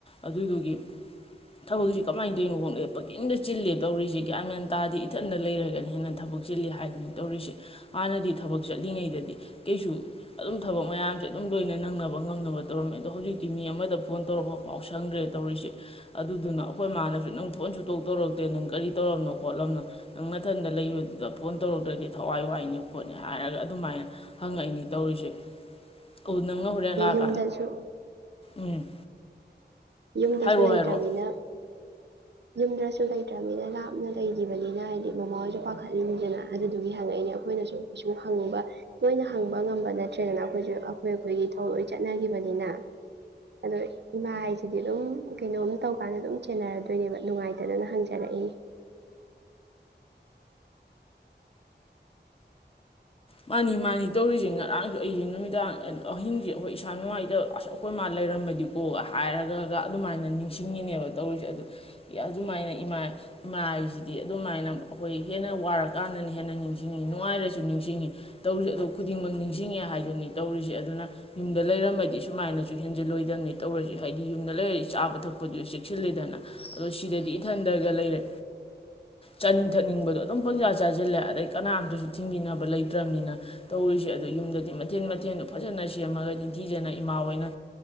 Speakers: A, on the left; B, on the right.
A: ꯑꯗꯨꯗꯨꯒꯤ ꯊꯕꯛꯁꯤ ꯀꯃꯥꯏꯅ ꯇꯩꯏꯅꯣ ꯈꯡꯗꯦ ꯄꯪꯆꯤꯟꯗ ꯆꯤꯟꯂꯦ ꯇꯧꯔꯤꯁꯤ ꯒ꯭ꯌꯥꯟ ꯃꯦꯟ ꯇꯥꯗꯦ ꯏꯊꯟꯗ ꯂꯩꯔꯒꯅꯥ ꯍꯦꯟꯅꯥ ꯊꯕꯛ ꯆꯤꯜꯂꯦ ꯍꯥꯏꯗꯨꯅꯤ ꯇꯧꯔꯤꯁꯦ ꯍꯥꯟꯅꯗꯤ ꯊꯕꯛ ꯆꯠꯂꯤꯉꯩꯗꯗꯤ ꯀꯩꯁꯨ ꯑꯗꯨꯝ ꯊꯕꯛ ꯃꯌꯥꯝꯁꯦ ꯑꯗꯨꯝ ꯂꯣꯏꯅ ꯅꯪꯅꯕ ꯉꯝꯅꯕ ꯇꯧꯔꯝꯃꯦ ꯑꯗꯣ ꯍꯧꯖꯤꯛꯇꯤ ꯃꯤ ꯑꯃꯗ ꯐꯣꯟ ꯇꯧꯔꯛꯄ ꯐꯥꯎ ꯁꯪꯗ꯭ꯔꯦ ꯇꯧꯔꯤꯁꯤ ꯑꯗꯨꯗꯨꯅ ꯑꯈꯣꯏ ꯃꯥꯅꯁꯨ ꯅꯪ ꯐꯣꯟ ꯁꯨꯡꯇꯧ ꯇꯧꯔꯛꯇꯦ ꯅꯪ ꯀꯔꯤ ꯇꯧꯔꯝꯅꯣ ꯈꯣꯠꯂꯝꯅꯣ ꯅꯪ ꯅꯊꯟꯗ ꯂꯩꯕꯗꯨꯗ ꯐꯣꯟ ꯇꯧꯔꯛꯇ꯭ꯔꯗꯤ ꯊꯋꯥꯏ ꯋꯥꯏꯅꯦ ꯈꯣꯠꯅꯦ ꯍꯥꯏꯔꯒ ꯑꯗꯨꯃꯥꯏꯅ ꯍꯪꯉꯛꯏꯅꯤ ꯇꯧꯔꯤꯁꯦ꯫ ꯑꯧ ꯅꯪꯅ ꯍꫭꯔꯦꯟ ꯂꯛ
B: <unintelligible>
A: ꯎꯝ
B: ꯌꯨꯝꯗꯁꯨ
A: ꯍꯥꯏꯔꯛꯑꯣ
B: ꯂꯩꯇ꯭ꯔꯝꯃꯤꯅ
A: ꯍꯥꯏꯔꯛꯑꯣ
B: ꯌꯨꯝꯗ꯭ꯔꯁꯨ ꯂꯩꯇ꯭ꯔꯕꯅꯤꯅ ꯂꯥꯞꯅ ꯂꯩꯈꯤꯕꯅꯤꯅ ꯍꯥꯏꯗꯤ ꯃꯃꯥꯍꯣꯏꯁꯨ ꯄꯥꯈꯠꯂꯤꯅꯤꯗꯅ ꯑꯗꯨꯗꯨꯒꯤ ꯍꯪꯉꯛꯏꯅꯦ ꯑꯈꯣꯏꯅꯁꯨ ꯀꯩꯁꯨ ꯍꯪꯕ ꯇꯣꯏꯅ ꯍꯪꯕ ꯉꯝꯕ ꯅꯠꯇ꯭ꯔꯦꯗꯅ ꯑꯈꯣꯏꯁꯨ ꯑꯈꯣꯏ ꯑꯈꯣꯏꯒꯤ ꯊꯧ ꯂꯣꯏ ꯆꯠꯅꯈꯤꯕꯅꯤꯅ ꯑꯗꯣ ꯏꯃꯥ ꯍꯥꯏꯁ ꯍꯥꯏꯗꯤ ꯑꯗꯨꯝ ꯀꯩꯅꯣꯝ ꯇꯧꯀꯥꯟꯗ ꯑꯗꯨꯝ ꯆꯦꯟꯅꯔꯗꯣꯏꯅꯦꯕ ꯅꯨꯡꯉꯥꯏꯇꯗꯅ ꯍꯪꯖꯔꯛꯏꯅꯤ
A: ꯃꯥꯅꯤ ꯃꯥꯅꯤ ꯇꯧꯔꯤꯁꯦ ꯉꯔꯥꯡꯁꯨ ꯑꯩꯁꯦ ꯅꯨꯃꯤꯗꯥꯡ ꯑꯍꯤꯡꯁꯦ ꯑꯩꯈꯣꯏ ꯏꯁꯥ ꯅꯨꯡꯉꯥꯏꯇ ꯑꯁ ꯑꯩꯈꯣꯏ ꯃꯥ ꯂꯩꯔꯝꯃꯗꯤꯀꯣꯒ ꯍꯥꯏꯔꯒꯒ ꯑꯗꯨꯃꯥꯏꯅ ꯅꯤꯡꯁꯤꯡꯉꯤꯅꯦꯕ ꯇꯧꯔꯤꯁꯦ ꯑꯗꯨ ꯑꯗꯨꯃꯥꯏꯅ ꯏꯃꯥ ꯏꯃꯥ ꯍꯥꯏꯁꯤꯗꯤ ꯑꯗꯨꯃꯥꯏꯅ ꯑꯈꯣꯏ ꯍꯦꯟꯅ ꯋꯥꯔꯛꯀꯥꯟꯗꯅ ꯍꯦꯟꯅ ꯅꯤꯡꯁꯤꯡꯉꯤ ꯅꯨꯡꯉꯥꯏꯔꯁꯨ ꯅꯤꯡꯁꯤꯡꯉꯤ ꯇꯧꯔꯤꯁꯦ ꯑꯗꯨ ꯈꯨꯗꯤꯡꯃꯛ ꯅꯤꯡꯁꯤꯡꯉꯦ ꯍꯥꯏꯗꯨꯅꯤ ꯇꯧꯔꯤ ꯁꯦ ꯑꯗꯨꯅ ꯌꯨꯝꯗ ꯂꯩꯔꯝꯃꯗꯤ ꯁꯨꯃꯥꯏꯅꯁꯨ ꯍꯦꯟꯖꯤꯜꯂꯣꯏꯗꯝꯅꯤ ꯇꯧꯔꯁꯤꯦ ꯍꯥꯏꯗꯤ ꯌꯨꯝꯗ ꯂꯩꯔꯛꯁꯦ ꯆꯥꯕ ꯊꯥꯛꯄ ꯄꯨꯗꯤ ꯆꯦꯛꯁꯤꯜꯂꯦꯗꯅ ꯑꯗꯣ ꯁꯤꯗꯗꯤ ꯏꯊꯟꯗꯒ ꯂꯩꯔꯦ ꯆꯥꯅꯤꯡ ꯊꯛꯅꯤꯡꯕꯗꯣ ꯑꯗꯨꯝ ꯄꯪꯖꯥ ꯆꯥꯁꯤꯜꯂꯦꯗꯗꯒꯤ ꯀꯅꯥꯝꯇꯁꯨ ꯊꯤꯡꯕꯤꯅꯕ ꯂꯩ ꯐꯠꯇ꯭ꯔꯕꯅꯤꯅ ꯇꯧꯔꯤꯁꯦ ꯑꯗꯨ ꯌꯨꯝꯗꯗꯤ ꯃꯊꯦꯟ ꯃꯊꯦꯜꯗꯣ ꯐꯖꯅ ꯁꯦꯝꯃꯒ ꯅꯤꯡꯊꯤꯖꯅ ꯏꯃꯥꯣꯏꯅ